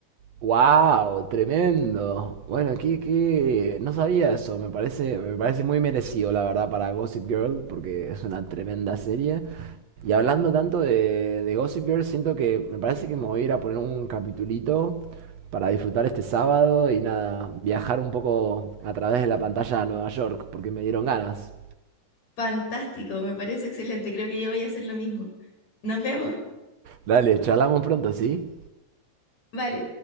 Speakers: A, on the right; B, on the left.
A: Wow, tremendo. Bueno, qué, qué- no sabía eso. Me parece, me parece muy merecido, la verdad, para Gossip Girl, porque es una tremenda serie. Y hablando tanto de, de Gossip Girl, siento que me parece que me voy a ir a poner un capitulito para disfrutar este sábado y nada, viajar un poco a través de la pantalla a Nueva York, porque me dieron ganas.
B: Fantástico, me parece excelente. Creo que yo voy a hacer lo mismo. Nos vemos.
A: Dale, charlamos pronto, ¿sí?
B: Vale.